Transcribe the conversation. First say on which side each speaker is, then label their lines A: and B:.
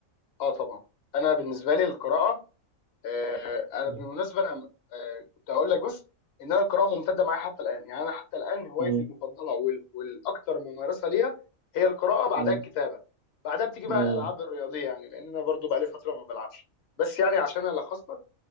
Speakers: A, on the left; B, on the right.
A: اه طبعا انا بالنسبه لي القراءه آه انا
B: مم.
A: بالمناسبه انا آه كنت هقول لك بس ان انا القراءه ممتده معايا حتى الان يعني انا حتى الان هوايتي
B: مم.
A: المفضله وال والاكثر ممارسه ليها هي القراءه بعدها
B: مم.
A: الكتابه بعدها بتيجي بقى
B: مم.
A: الالعاب الرياضيه يعني لان انا برضو بقى لي فتره ما بلعبش بس يعني عشان الخص لك